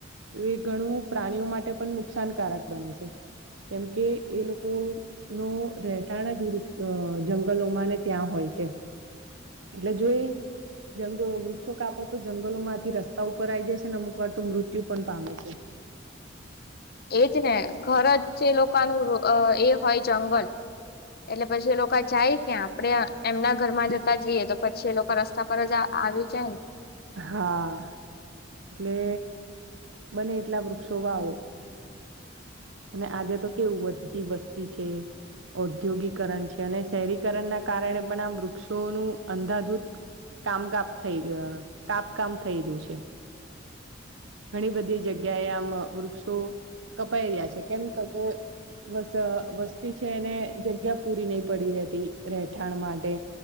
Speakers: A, on the right (about 80°); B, on the left (about 55°).
A: તો એ ઘણું પ્રાણીઓ, માટે પણ નુકસાનકારક બને છે. કેમકે, એ લોકો નો રહેટાણ જપ અ જગલોમાને ત્યાં હોય છે, એટલે જોઈ જંગલ વૃક્ષો, કાપો તો જંગલો માંથી રસ્તા ઉપર આઈ જાય છેને. અમુક વાર તો મૃત્યુ પણ પામે છે.
B: એજ ને ઘર જ જે લોકોનુ એ હોય, જંગલ એટલે પછી, એ લોકો જાય ક્યા આપડે એમના ઘરમા જતા જઈએ, તો પછી એ લોકો રસ્તા પર જ આવી, જાય ને
A: હા એટલે, બને એટલા વૃક્ષો વાવો અને આજે, તો કેવું વધતી વસ્તી છે. ઔદ્યોગીિકરણ છે, અને શહેરીકરણના કારણે પણ આ વૃક્ષોનુ અંધાધૂત કામ કપ થઈ, કાપ કામ થઈ રહ્યું છે. ઘણી બધી જગ્યાએ, આમ વૃક્ષો કપાઈ રહ્યા છે. કેમ તો કે બસ વસ્તી છે એને જગ્યા પૂરી નહી પડી રહેતી રહેઠાણ માટે